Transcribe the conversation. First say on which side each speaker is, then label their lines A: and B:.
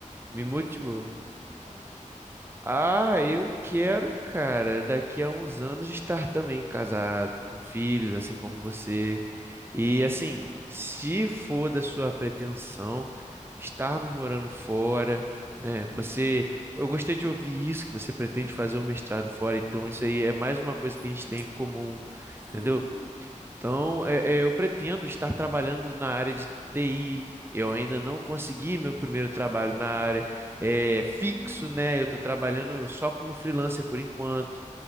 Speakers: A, on the right; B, on the right.
A: mas
B: Me motivou.
A: e você, quais são os seus planos?
B: Ah, eu quero, cara, daqui a uns anos estar também casado, com filhos, assim como você. E assim, se for da sua pretensão estarmos morando fora, né?
A: Sim.
B: Você, eu gostei de ouvir isso, que você pretende fazer um mestrado fora, então isso aí é mais uma coisa que a gente tem em comum, entendeu?
A: Uhum.
B: Então, é- é, eu pretendo estar trabalhando na área de TI. Eu ainda não consegui meu primeiro trabalho na área é, fixo,
A: uhum.
B: né? Eu estou trabalhando só como freelancer por enquanto.